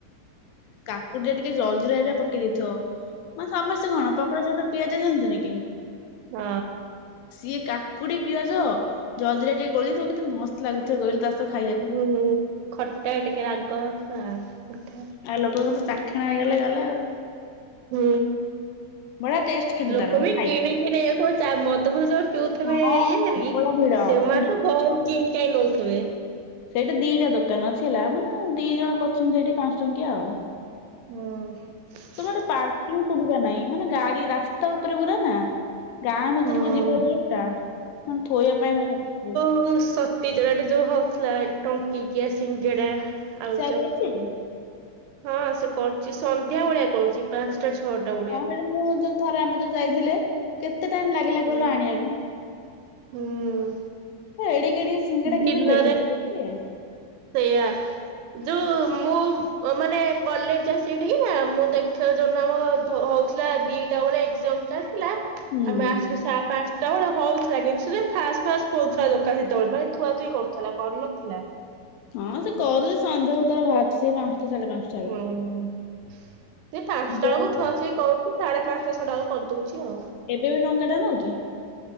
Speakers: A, on the left; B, on the right.
A: କାକୁଡିରେ ଟିକେ ଜଲଜିରା ହରିୟା ପକେଇ ଦେଇଥିବ। ମାନେ ସମସ୍ତେ କଣ ପକଡା ସହିତ ପିଆଜ ଦିଅନ୍ତିନି କି।
B: ହଁ।
A: ସିଏ କାକୁଡି ପିଆଜ ଜଲଜିରା ଟିକେ ଗୋଳେଇ ଦେଇଥବ କେତେ ମସ୍ତ ଲାଗୁ ଥିବକହିଲୁ ତା ସ ଖାଇଆ
B: ହୁଁ ଖଟା ଟିକେ ରାଗ ଆ ମିଠା
A: ଆ ଲୋକଙ୍କର ତ ଚାଖେଣା ହେଇଗଲେ ଗଲା ଆଉ।
B: ହୁଁ।
A: ବଢିଆ ଟେଷ୍ଟ କିନ୍ତୁ
B: ଲୋକ
A: ତାର ମୁଁ
B: ବି
A: ଖାଇଛି।
B: କିଣିକି ନେଇଯାଉଥିବେ ଚା ମଦ ଫଦ ସବୁ ପିଉଥିବେ
A: ହଁ
B: ଇଏ ହେରି
A: ପ୍ରବଳ ଭିଡ।
B: ସେମା
A: ସେଠି
B: ତ ବହୁତ କିଣ କାଇଁ ନଉଥିବେ।
A: ସେଇଟି ଦିଟା ଦୋକାନ ଅଛି ହେଲା ମାନେ ଦି ଜଣ କରିଛନ୍ତି ସେଇଠି ପାଞ୍ଚ ଟଙ୍କିଆ ଆଉ।
B: ହୁଁ।
A: ଗୋଟେ ପାର୍କିଂ ସୁବିଧା ନାହିଁ ମାନେ ଗାଡି ରାସ୍ ତା ତ ଉପରେ ପୁରା ନା ଗାଁ ଭିତୁରୁକୁ
B: ହୁଁ
A: ଯିବା ରୋଡ ଟା ମାନେ ଥୋଇଆ ପାଇଁ ଭାରି ଅସୁବି
B: <unintelligible> <unintelligible> ଆଡେ ଯୋଉ ହଉଥିଲା ଟଙ୍କିକିଆ ସିଙ୍ଗେଡା
A: ଇଚ୍ଛା
B: ଆଳୁଚପ।
A: ଆଉ କରିଛି
B: ହଁ ସେ କରୁଚି ସନ୍ଧ୍ୟାବେଳିଆ କରୁଚି ପାଞ୍ଚ ଚ ଛଅଟାକୁ।
A: ହଁ ହେଇଟି ମୁଁ ଯୋଉ ଥରେ ଆମେ ଯୋଉ ଯାଇଥିଲେ। କେତେ ଟାଇମ ଲାଗିଲା
B: ହୁଁ
A: କହିଲ ଆଣିବାକୁ?
B: ହୁଁ
A: ହଁ ଏଡି ଗଡି ସିଙ୍ଗଡା
B: ଦିନରେ
A: କେମିତି ବେଲୁଛିି ବିକେ।
B: ସେଇଆ ଯୋଉ ମୁଁ ମାନେ କଲେଜ ଯାଏ ସେଠିକି ନା ମୁଁ ଦେଖ ସେ ଯୌନ ଆମ ହଉଥିଲା ଦିଟା ବେଳେ ଏକ୍ଜାମ ଚାଲିଥିଲା
A: ହୁଁ।
B: ଆମେ ଆସିଲୁ ଚା ପାଞ୍ଚଟା ବେଳେ ହଉଥିଲା କିନ୍ତୁ ସେ ଫାଷ୍ଟ ଫାଷ୍ଟ ଖୋଥିଲା ଦୋକାନ ସେତେବେଳେ ମାନେ ଥୁଆ ଥୁଇ କରୁଥିଲା କରିନଥିଲା।
A: ହଁ ସେ କରୁଛି ସଞ୍ଜ ଭିତରେ ବାହାରୁଛି ସେଇ ପାଞ୍ଚଟା ସାଢେ ପାଞ୍ଚ
B: ହୁଁ ସେ ପାଞ୍ଚଟା
A: ଦଉଡ
B: ବେଳକୁ ଥୁଆ ଥୁଇ କରୁଛି ସାଢେ ପାଞ୍ଚଟା ଛଟାଲ କରିଦଉଛି ଆଉ।
A: ଏବେ ବି ଟଙ୍କା ଟେ ନଉଛି?